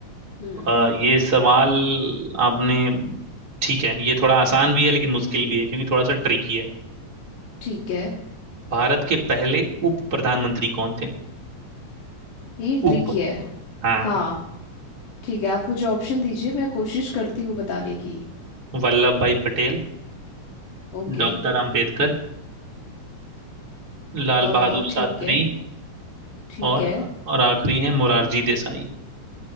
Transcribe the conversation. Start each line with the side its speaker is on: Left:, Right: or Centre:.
Left: हम्म
Right: आ, ये सवाल आपने ठीक है ये थोड़ा आसान भी है लेकिन मुश्किल भी है क्योंकि थोड़ा सा ट्रिकी है
Left: ठीक है
Right: भारत के पहले उप प्रधानमंत्री कौन थे
Left: ये ट्रिकी
Right: उप
Left: है
Right: हाँ
Left: हाँ ठीक है आप मुझे ऑप्शन दीजिए मैं कोशिश करती हूँ बताने की
Right: वल्लभ भाई पटेल
Left: ओके
Right: डॉक्टर अंबेडकर लाल
Left: आ
Right: बहादुर
Left: ठीक
Right: शास्त्री
Left: है ठीक
Right: और
Left: है
Right: और आखिरी है मुरारजी देसाई